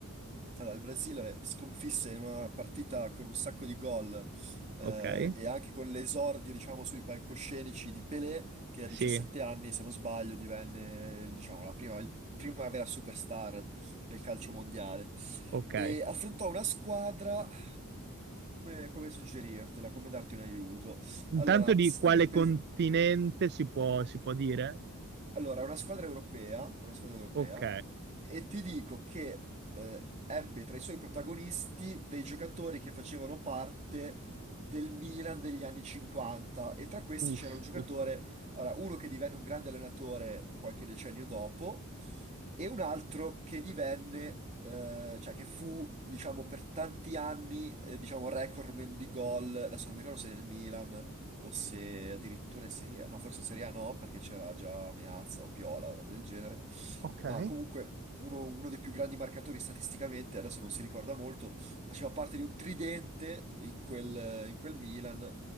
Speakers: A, on the right; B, on the right.
A: Allora, il Brasile sconfisse in una partita con un sacco di gol eh,
B: Ok?
A: e anche con l'esordio, diciamo, sui palcoscenici di Pelé, che a
B: Sì,
A: 17 anni, se non sbaglio, divenne, diciamo, la prima, il- prima vera superstar del calcio mondiale.
B: ok.
A: E affrontò una squadra Come, come suggerirtela, come darti un aiuto?
B: Intanto
A: Allora,
B: di
A: s-
B: quale
A: tu devi, pes-
B: continente si può, si può dire?
A: allora, è una squadra europea, è una squadra europea,
B: Ok.
A: e ti dico che eh, ebbe tra i suoi protagonisti dei giocatori che facevano parte del Milan degli anni 50 e tra questi
B: Uff,
A: c'era un giocatore,
B: uff.
A: allora, uno che divenne un grande allenatore qualche decennio dopo e un altro che divenne, eh, cioè che fu, diciamo, per tanti anni, eh, diciamo, recordman di gol, adesso non mi ricordo se nel Milan o se addirittura in Serie A, no, forse in Serie A no, perché c'era già Meazza o Piola o roba del genere,
B: Ok.
A: ma comunque uno, uno dei più grandi marcatori statisticamente, adesso non si ricorda molto, faceva parte di un tridente in quel, in quel Milan.